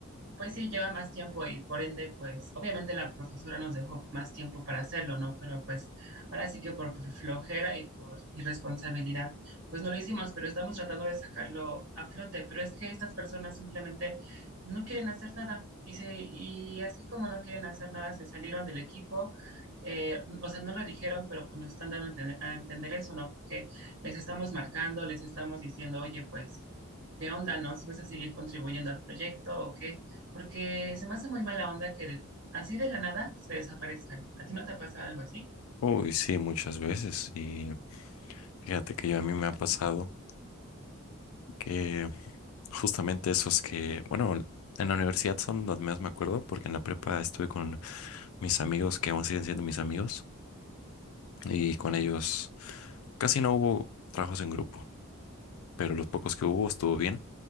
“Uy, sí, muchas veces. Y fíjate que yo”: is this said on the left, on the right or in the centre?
Left